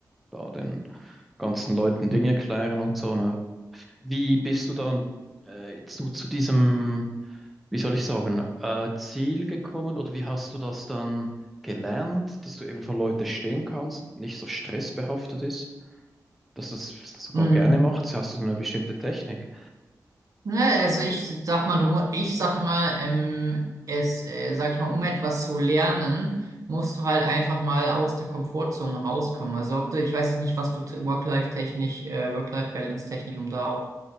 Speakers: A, in the centre; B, on the right.
A: da den ganzen Leuten
B: Hm.
A: Dinge erklären und so. Ne? Wie bist du dann äh, jetzt so zu diesem, wie soll ich sagen, äh, Ziel gekommen oder wie hast du das dann gelernt, dass du eben für Leute stehen kannst, nicht so stressbehaftet ist, dass du es sogar
B: Mm,
A: gerne machst? Hast du dann eine bestimmte Technik?
B: Ne, also ich sag mal, du, mu- ich sag mal, ähm, es, äh, sag ich mal, um etwas zu lernen, musst du halt einfach mal aus der Komfortzone rauskommen. Also ob du, ich weiß jetzt nicht, was du t- Work-Life-technisch, äh, Work-Life-Balance-technisch, um da auch